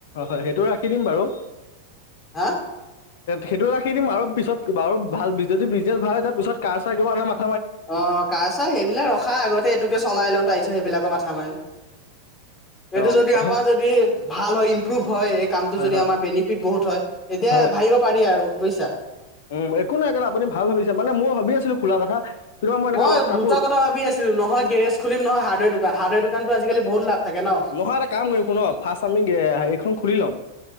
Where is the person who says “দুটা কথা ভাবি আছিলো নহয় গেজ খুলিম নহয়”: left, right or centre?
Left